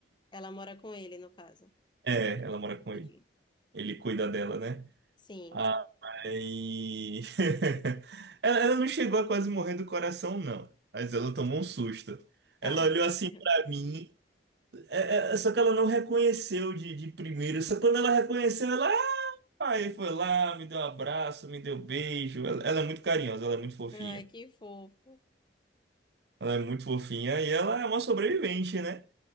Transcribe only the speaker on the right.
É, ela mora com
ele. Ele cuida dela, né?
Aí. <laughs> Ela, ela não chegou a quase morrer do coração, não. Mas ela tomou um susto.
Ela olhou assim pra mim. é- é- só que ela não reconheceu de, de primeira. Só quando ela reconheceu, ela Aí foi lá, me deu um abraço, me deu um beijo. Ela, ela é muito carinhosa, ela é muito fofinha.
Ela é muito fofinha e ela é uma sobrevivente, né?